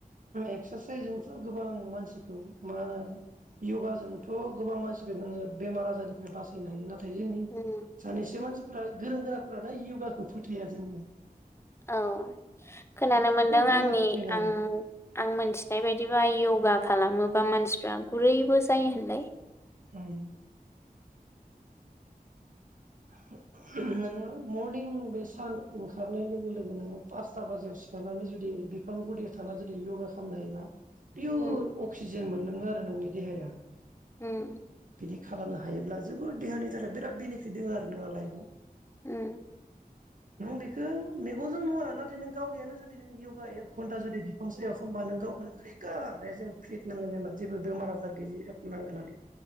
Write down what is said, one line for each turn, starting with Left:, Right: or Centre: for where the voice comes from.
Right: एक्सारसाइसजोंथ' गोबां मानसिखौ मा होनो य'गाजोंथ' गोबां मानसिखौ नोङो बेमार आजारनिफ्राय बासायनो हायो ना थाय जोंनि
Left: उम
Right: सानैसो मानसि फोरा गोरोंगोराफोरानो य'गाखौ फोथाया जोंना।
Left: औ खोनानो मोनदों
Right: बेमार
Left: आंनि
Right: फोथायनो
Left: आं आं मोनथिनाय बायदिबा य'गा खालाम मोबा मानसिफ्रा गुरैबो जायो होनलाय?
Right: उम <unintelligible> नोङो मरनिं बे सान ओंखारनाय लोगो लोगो नोङो पासता बाजियाव सिखारनानै जुदि बिफां गुदियाव थानानै जुदि य'गा खामनो हायोबा पिउर
Left: उम
Right: अक्सिजेन मोन लोङो आरो नोंनि देहाया।
Left: उम
Right: बिदि खालामनो हा हायोब्ला जोबोर देहानि थाखाय बिराद बेनिफ फिट दों आरो नोंङा लायबआव।
Left: उम
Right: नों बेखो मेगनजों नुवा नाथाय नों गावगायानो जुदि नों य'गा एक घन्टा जुदि बिफां सायाव खामबा नों गावखौनो ओरै कार रेजें फिट नांगोन एबा जेबो बेमार आजार गैयि रखम नांगोन आरो।